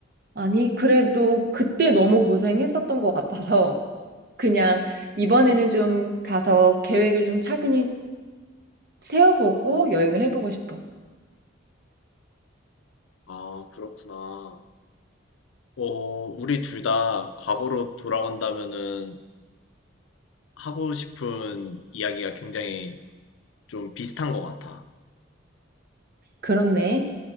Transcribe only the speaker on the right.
아니, 그래도 그때 너무 고생했었던 것 같아서 그냥 이번에는 좀 가서 계획을 좀 차근히 세워보고 여행을 해보고 싶어.
그렇네.